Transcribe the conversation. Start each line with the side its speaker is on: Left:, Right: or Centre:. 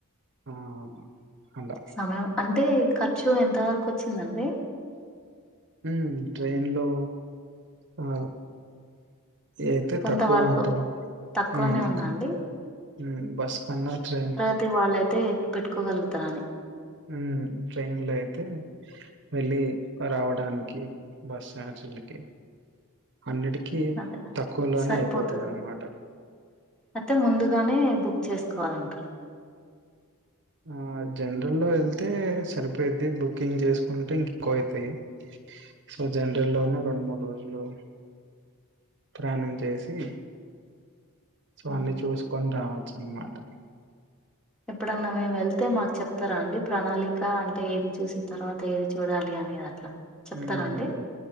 Right: ఆ అవును అంటా
Centre: సమయం అంటే ఖర్చు ఎంత వరకు వచ్చిందండి
Right: హమ్ ట్రైన్ లో ఆ అయితే
Centre: కొంత
Right: తక్కువే
Centre: వరకు
Right: ఉంటుంది
Centre: తక్కువనే
Right: ఇం
Centre: ఉందా అండి
Right: ఉమ్ బస్ కన్నా ట్రైన్
Centre: అయితే వాళ్ళయితే పెట్టుకోగలుగుతారని
Right: ఉమ్ ట్రైన్ లో అయితే వెళ్ళి రావడానికి బస్ ఛార్జీలకి అన్నిటికిీ
Centre: అదే
Right: తక్కువలోనే
Centre: సరిపోతది
Right: అయిపోతాది అన్నమాట
Centre: అయితే ముందుగానే బుక్ చేసుకోవాలంటారు
Right: ఆ జనరల్లో వెళ్తే సరిపోయిద్ది బుకింగ్ చేసుకుంటే ఎక్కువ అవుతాయి సో జనరల్ లోనే రెండు మూడు రోజులు ప్రయాణం చేసి సో
Centre: మ్మ్.
Right: అన్నీ చూసుకొని రావచ్చు అన్నమాట
Centre: ఎప్పుడన్నా మేము వెళ్తే మాకు చెప్తారా అండి ప్రణాళిక అంటే ఏది చూసిన తర్వాత ఏది చూడాలి అని అట్లా చెప్తారా
Right: ఉమ్
Centre: అండి